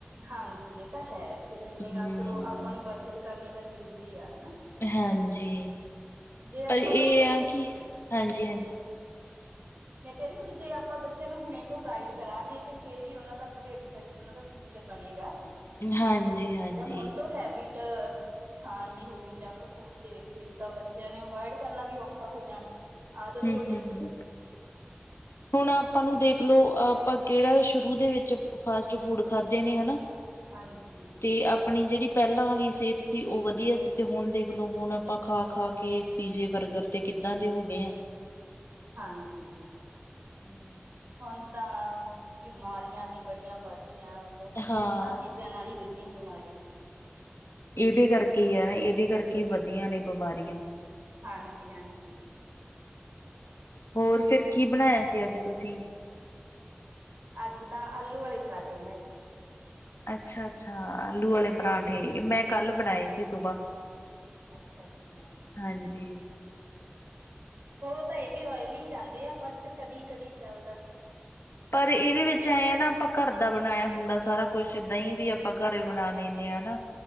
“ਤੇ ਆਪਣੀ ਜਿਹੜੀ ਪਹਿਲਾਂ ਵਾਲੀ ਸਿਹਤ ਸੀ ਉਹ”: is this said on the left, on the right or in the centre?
Left